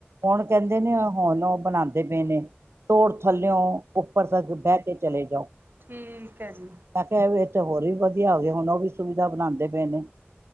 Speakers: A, on the right; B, on the right.
A: ਹੁਣ ਕਹਿੰਦੇ ਨੇ ਹੁਣ ਉਹ ਬਂਣਾਦੇ ਪੇ ਨੇ ਤੋੜ ਥੱਲਿਓ ਉੱਪਰ ਤੱਕ ਬਹਿ ਕੇ ਚਲੇ ਜਾਓ,
B: ਠੀਕ ਹੈ ਜੀ
A: ਮੈਂ ਕਿਹਾ ਇਹ ਤੇ ਹੋਰ ਵੀ ਵਧੀਆ ਹੋ ਗਿਆ ਹੁਣ ਉਹ ਵੀ ਸੁਵਿਧਾ ਬਣਾਂਦੇ ਬਣਾਂਦੇ ਪਏ ਨੇ।